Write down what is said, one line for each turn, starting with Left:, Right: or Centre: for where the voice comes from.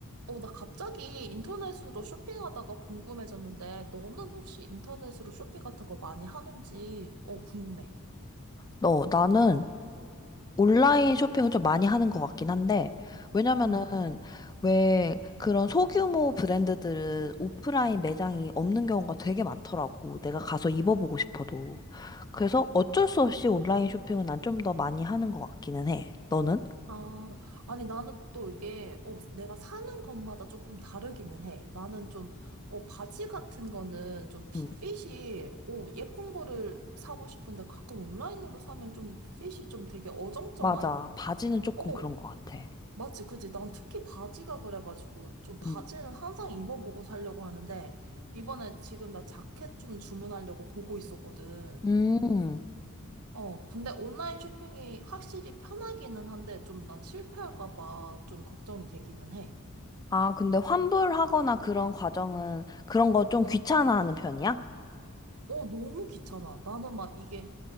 Right: 어, 나 갑자기 인터넷으로 쇼핑하다가 궁금해졌는데, 너는 혹시 인터넷으로 쇼핑 같은 거 많이 하는지, 어, 궁금해.
Left: 너, 나는 온라인 쇼핑을 좀 많이 하는 것 같긴 한데, 왜냐면은,
Right: 응.
Left: 왜 그런 소규모 브랜드들은 오프라인 매장이 없는 경우가 되게 많더라고. 내가 가서 입어보고 싶어도. 그래서 어쩔 수 없이 온라인 쇼핑은 난 좀 더 많이 하는 것 같기는 해. 너는?
Right: 아, 아니, 나는 또 이게, 어, 내가 사는 것마다 조금 다르기는 해. 나는 좀, 어, 바지 같은 거는 좀 피-
Left: 응,
Right: 핏이, 어, 예쁜 거를 사고 싶은데 가끔 온라인으로 사면 좀 핏이 좀 되게 어정쩡한?
Left: 맞아. 바지는 조금
Right: 어.
Left: 그런 것 같아.
Right: 맞지, 그치. 난 특히 바지가 그래가지고, 좀 바지는
Left: 응.
Right: 항상 입어보고 살려고 하는데, 이번에 지금 나 자켓 좀 주문하려고 보고 있었거든.
Left: 음.
Right: 어, 근데 온라인 쇼핑이 확실히 편하기는 한데, 좀 난 실패할까봐 좀 걱정이 되기는 해.
Left: 아, 근데 환불하거나 그런 과정은 그런 거 좀 귀찮아하는 편이야?
Right: 어, 너무 귀찮아. 나는 막 이게